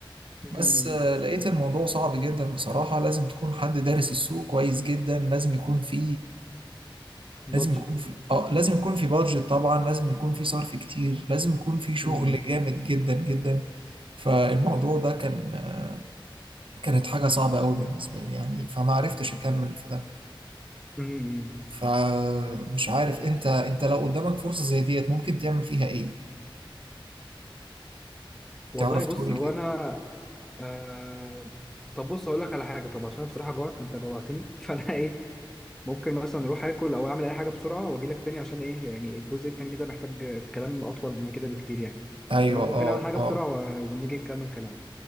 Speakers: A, in the centre; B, on the right.
A: امم
B: بس آه، لقيت الموضوع صعب جدا بصراحة لازم تكون حد دارس السوق كويس جدا لازم يكون في لازم
A: بادجت
B: يكون في اه لازم يكون في بادجت طبعا لازم يكون في صرف كتير لازم يكون في شغل
A: امم
B: جامد جدا جدا فالموضوع ده كان آه، كانت حاجة صعبة قوي بالنسبة لي يعني فما عرفتش أكمل في ده
A: امم
B: فمش عارف انت انت لو قدامك فرصة زي ديت ممكن تعمل فيها ايه
A: والله
B: تعرف
A: بص
B: تقولي
A: هو
B: كده
A: انا آه... طب بص هقول لك على حاجه طب عشان أنا بصراحه جوعت انت جوعتني <laughs> فانا ايه ممكن مثلا اروح اكل او اعمل اي حاجه بسرعه واجي لك تاني عشان ايه يعني الجزء التاني ده محتاج كلام اطول من كده بكتير يعني
B: ايوه
A: فانا ممكن
B: اه
A: اعمل حاجه
B: اه
A: بسرعه و- ونيجي نكمل كلامنا